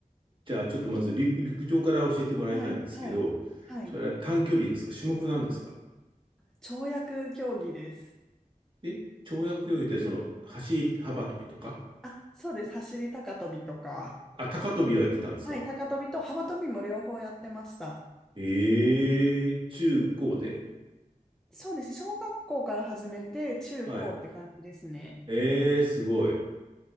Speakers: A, on the right (about 35°); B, in the centre.
A: じゃあちょっとまず陸、
B: け、
A: 陸上から教えてもらいたいんですけど、
B: はい、はい、はい。
A: それは短距離ですか種目なんですか
B: 跳躍競技です。
A: え跳躍競技ってその走り幅跳びとか
B: あ、そうです。走り高跳びとか。
A: あ、高跳びをやってたんですか
B: はい、高跳びと幅跳びも両方やってました。
A: ええ中高で
B: そうです。小学校から始めて、中高って感じですね。
A: はい。ええすごい。